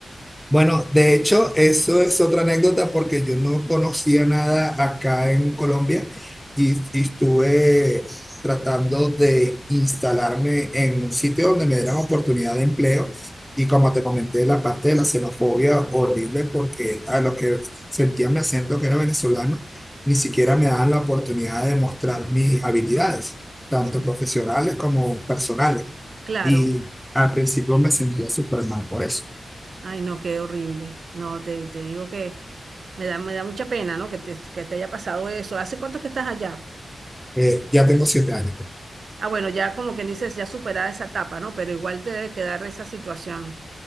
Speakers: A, in the centre; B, on the right.
A: Bueno, de hecho, eso es otra anécdota porque yo no conocía nada acá en Colombia y, y estuve tratando de instalarme en un sitio donde me dieran oportunidad de empleo y como te comenté, la parte de la xenofobia horrible porque a lo que sentía mi acento que era venezolano, ni siquiera me daban la oportunidad de mostrar mis habilidades, tanto
B: Sí,
A: profesionales
B: sí.
A: como personales.
B: Claro.
A: Y al principio me sentía súper mal por eso.
B: Ay, no, qué horrible. No, te, te digo que me da, me da mucha pena, ¿no? Que te, que te haya pasado eso. ¿Hace cuánto que estás allá?
A: Eh, ya tengo siete años.
B: Ah, bueno, ya como quien dices, ya superada esa etapa, ¿no? Pero igual te debe quedar esa situación.